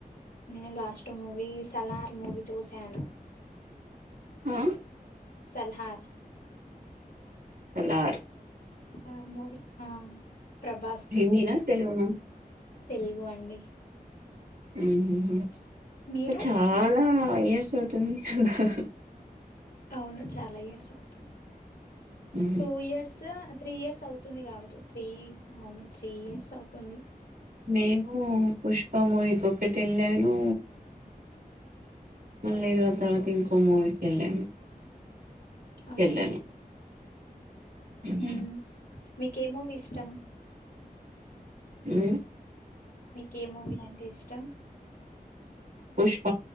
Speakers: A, on the left (about 70°); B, on the right (about 75°).
A: నేను లాస్ట్ మూవీ సలార్ మూవీ చూసను
B: ఆ
A: సలార్
B: సలర్
A: సాలార్ మూవీ ప్రభాస్ది
B: హిందీ నా తెలుగున
A: తెలుగు అండి
B: ఆహ
A: మీరు
B: చాలా ఫైవ్ ఇయర్స్ అవుతుంది హా హా
A: అవును చాలా ఇయర్స్ అవుతుంది
B: ఉహు.
A: టూ ఇయర్స్ త్రీ ఇయర్స్ అవుతుంది కావచ్చు త్రీ అవును త్రీ ఇయర్స్ అవుతుంది
B: మేము పుష్ప మూవీకి ఒకటి వెళ్ళాను మళ్ళీ ఏదో తర్వాత ఇంకో మూవీకి వెళ్ళాను
A: ఓకే
B: వెళ్ళాను <inaudible>
A: హ్మ్. మీకే మూవీ ఇష్టం
B: అ
A: మీకి ఏమూవీ అంటే ఇష్టం అచ్చం
B: పుష్ప